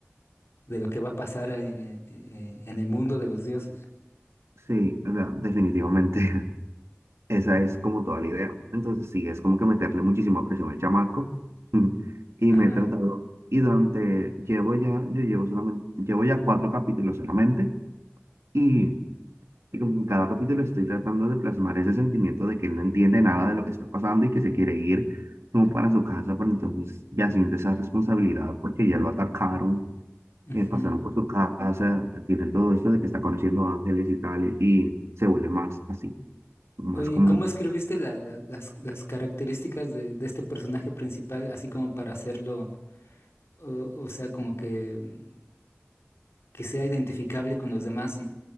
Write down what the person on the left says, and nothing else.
de lo que va a pasar eh, eh, en el mundo de los dioses.
Ajá.
ujú.
Oye,
¿y cómo escribiste la- la- las, las características de, de este personaje principal, así como para hacerlo, o, o sea, como que, mm, que sea identificable con los demás y